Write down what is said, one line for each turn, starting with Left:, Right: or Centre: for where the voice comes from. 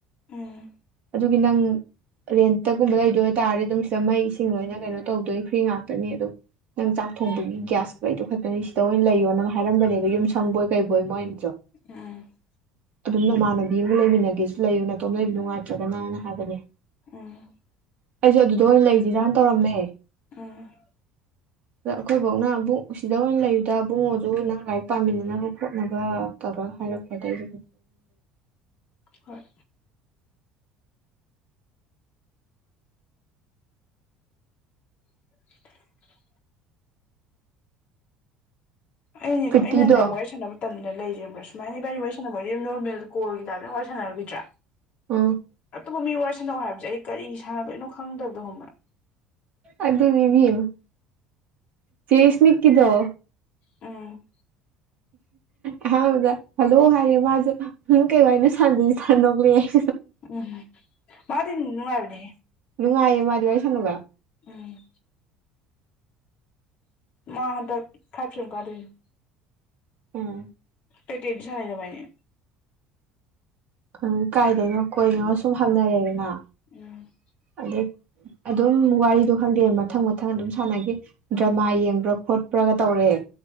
Left: ꯎꯝ
Right: ꯑꯗꯨꯗꯤ ꯅꯪ ꯔꯦꯟꯇꯒꯨꯝꯕ ꯂꯩꯗꯣꯏꯇꯥꯔꯗꯤ ꯑꯗꯨꯝ ꯗ ꯃꯩ ꯏꯁꯤꯡ ꯂꯣꯏꯅ ꯀꯩꯅꯣ ꯇꯧꯗꯣꯏ ꯐ꯭ꯔꯤ ꯉꯥꯛꯇꯅꯤ ꯑꯗꯨꯝ ꯅꯪ ꯆꯥꯛ ꯊꯣꯡꯕꯒꯤ ꯒ꯭ꯌꯥꯁ ꯈꯛꯇꯅꯤ ꯁꯤꯗ ꯑꯣꯏꯅ ꯂꯩꯌꯣ ꯅꯪ ꯍꯥꯏꯔꯝꯕꯅꯦꯕ ꯌꯨꯝ ꯁꯪꯕꯣꯏ ꯀꯩꯕꯣꯏ ꯃꯣꯏꯅꯁꯨ
Left: ꯎꯝ
Right: ꯑꯗꯨꯝ ꯅꯃꯥꯟꯅꯕꯤ ꯑꯃꯒ ꯂꯩꯃꯤꯟꯅꯒꯦꯁꯨ ꯂꯩꯌꯨ ꯅꯥꯇꯣꯝꯅ ꯂꯩꯕꯤ ꯅꯨꯡꯉꯥꯏꯇ꯭ꯔꯒꯅꯅ ꯍꯥꯏꯕꯅꯦ
Left: ꯎꯝ
Right: ꯑꯩꯖꯨ ꯑꯗꯨꯗ ꯑꯣꯏꯅ ꯂꯩꯁꯤꯔꯥꯅ ꯇꯧꯔꯝꯃꯦ
Left: ꯎꯝ
Right: ꯑꯗ ꯑꯩꯈꯣꯏꯕꯣꯛꯅ ꯑꯃꯨꯛ ꯁꯤꯗ ꯑꯣꯏꯅ ꯂꯩꯌꯨꯗ ꯑꯕꯨꯡꯉꯣꯗꯨ ꯅꯪ ꯂꯥꯏꯔꯤꯛ ꯄꯥꯃꯤꯟꯅꯅꯕ ꯈꯣꯠꯅꯕ <inaudible> ꯍꯏꯔꯛꯄꯗꯩꯗꯤ
Left: ꯍꯣꯏ <unintelligible> ꯑꯩꯅꯦꯀꯣ
Right: ꯄ꯭ꯔꯤꯇꯤꯗꯣ
Left: ꯑꯩꯅꯅꯦ ꯋꯥꯔꯤ ꯁꯥꯟꯅꯕ ꯇꯝꯅ ꯂꯩꯔꯤꯖꯦ ꯈꯪꯕꯥ ꯁꯨꯃꯥꯏꯅ ꯏꯕꯥꯟꯅꯤ ꯋꯥꯔꯤ ꯁꯥꯟꯅꯕꯗꯤ ꯅꯣꯔꯃꯦꯜ ꯀꯣꯜꯒꯤ ꯇꯥꯏꯞꯇ ꯋꯥꯔꯤ ꯁꯥꯟꯅꯈꯤꯗ꯭ꯔꯥ
Right: ꯎꯝ
Left: ꯑꯇꯣꯞꯄ ꯃꯤ ꯋꯥꯔꯤꯁꯥꯅꯧ ꯍꯥꯏꯕꯁꯦ ꯑꯩ ꯀꯔꯤ ꯁꯥꯟꯅꯗꯣꯏꯅꯣ ꯈꯪꯗꯕꯗꯣ ꯈꯪꯕ꯭ꯔꯥ
Right: ꯑꯗꯨꯅꯤ ꯏꯕꯦꯝꯃ ꯆꯦ ꯏꯁꯅꯤꯛ ꯀꯤꯗꯣ
Left: ꯎꯝ
Right: ꯑꯍꯥꯟꯕꯗ ꯍꯜꯂꯣ ꯍꯥꯏꯔꯦ ꯃꯥꯖꯨ ꯎꯝ ꯀꯩ ꯋꯥꯏꯅ ꯁꯥꯟꯗꯗꯤ <inaudible> ꯁꯥꯟ ꯅꯣꯛꯂꯛꯑꯦ
Left: ꯎꯝꯝ ꯃꯥꯗꯤ ꯅꯨꯡꯉꯥꯏꯕꯅꯦꯍꯦ
Right: ꯅꯨꯡꯉꯥꯏꯌꯦ ꯃꯥꯗꯤ ꯋꯥꯔꯤ ꯁꯥꯟꯅꯕ
Left: ꯎꯝ ꯃꯥ ꯍꯟꯗꯛ ꯐꯥꯏꯚ ꯁꯦꯝ ꯀꯥꯗꯣꯏꯅꯤ
Right: ꯎꯝ
Left: ꯀꯩ ꯀꯩ ꯋꯥꯔꯤ ꯁꯥꯟꯅꯩ ꯅꯕꯥꯟꯅꯤ
Right: ꯎꯝ ꯀꯥꯏꯗꯩꯅꯣ ꯀꯣꯏꯅꯣ ꯁꯨꯝ ꯍꯪꯅꯔꯦꯗꯅ
Left: ꯎꯝ
Right: ꯑꯗꯩ ꯑꯗꯨꯝ ꯋꯥꯔꯤꯗꯣ ꯈꯪꯗꯦ ꯃꯊꯪ ꯃꯊꯪ ꯑꯗꯨꯝ ꯁꯥꯟꯅꯈꯤ ꯗ꯭ꯔꯃꯥ ꯌꯦꯡꯕ꯭ꯔꯥ ꯈꯣꯠꯄ꯭ꯔꯥꯒ ꯇꯧꯔꯦ